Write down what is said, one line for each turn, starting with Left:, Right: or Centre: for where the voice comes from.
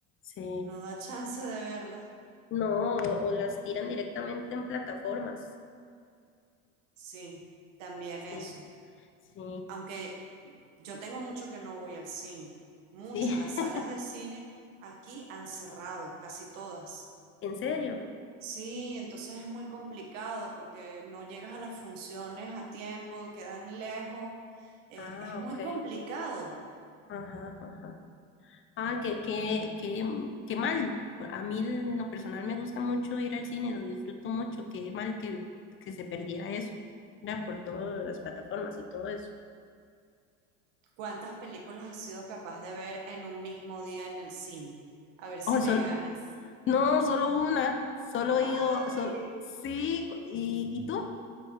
Left: Se...
Right: No da <laughs> chance de verlas.
Left: No, o, o las tiran directamente en plataformas.
Right: Sí, también
Left: Sí,
Right: eso.
Left: sí,
Right: aunque yo tengo mucho que no voy al cine, mucho.
Left: sí.
Right: Las salas
Left: <laughs>
Right: de cine aquí han cerrado, casi todas.
Left: ¿En serio?
Right: Sí, entonces es muy complicado porque no llegas a las funciones a tiempo, quedan lejos. Es,
Left: Ah,
Right: es muy
Left: ok.
Right: complicado.
Left: Ajá, ajá. Ah, qué, qué, qué, qué mal. A mí en lo personal me gusta mucho ir al cine, lo disfruto mucho. Qué mal que, que se perdiera eso, ¿verdad? Por todas las plataformas y todo eso.
Right: ¿Cuántas películas has sido capaz de ver en un mismo día en el cine? A ver si
Left: Oh, eso,
Right: me ganas.
Left: No, solo una, solo
Right: ¡Ay!
Left: he ido, sol- sí, ¿y, y tú?